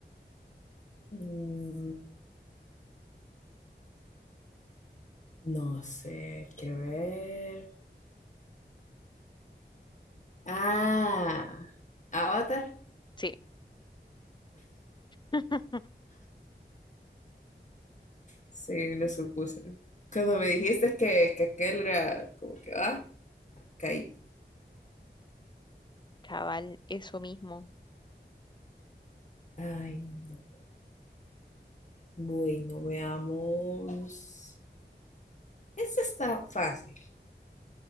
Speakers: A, on the left; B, on the left.
A: Mm, no sé, quiero ver. Ah, Avatar.
B: Sí, <laughs>
A: Sí, lo supuse. Cuando me dijiste que, que aquel era como que, ah, caí.
B: cabal, eso mismo,
A: Ay, no. Bueno, veamos. Esta está fácil.